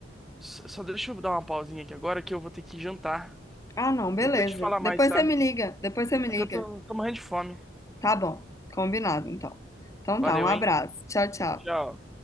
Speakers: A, in the centre; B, on the left (about 15°).
A: Só só deixa eu dar uma pausinha aqui agora que eu vou ter que jantar.
B: Ah, não, beleza.
A: Depois te falar mais,
B: Depois
A: tá?
B: você me liga, depois você me liga.
A: É que eu tô, tô morrendo de fome.
B: Tá bom, combinado então. Então
A: Valeu,
B: tá, um abraço.
A: hein?
B: Tchau, tchau.
A: Tchau.